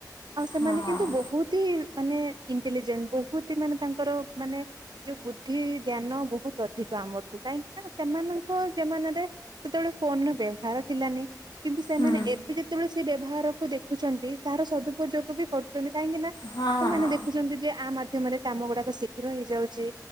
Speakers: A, on the right (about 80°); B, on the left (about 85°).
A: ଆଉ ସେମାନେ
B: ହୁଁ ହୁଁ ହଁ
A: କିନ୍ତୁ ବହୁତ ହିଁ ମାନେ ଇଣ୍ଟେଲିଜେଣ୍ଟ ବହୁତ ହିଁ ମାନେ ତାଙ୍କର ମାନେ ଯୋଉ ବୁଦ୍ଧି ଜ୍ଞାନ ବୋହୁତ ଅଧିକ ଆମଠୁ କାହିଁକି ନା ସେମାନଙ୍କ ଜମାନାରେ ସେତେବେଳେ ଫୋନର ବ୍ୟବହାର ଥିଲାନି। କିନ୍ତୁ ସେମାନେ
B: ହୁଁ
A: ଏବେ ଯେତେବେଳେ ସେ ବ୍ୟବହାରକୁ ଦେଖୁଚନ୍ତି ତାହାର ସଦୁପଯୋଗ ବି କ ରୁଚନ୍ତି <unintelligible> କାହିଁକି ନା
B: ହଁ
A: ସେମାନେ
B: ହଁ
A: ଦେଖୁଚନ୍ତି ଯେ ଆ ମାଧ୍ୟମରେ କାମ ଗୁଡାକ ଶୀଘ୍ର ହେଇଯାଉଚି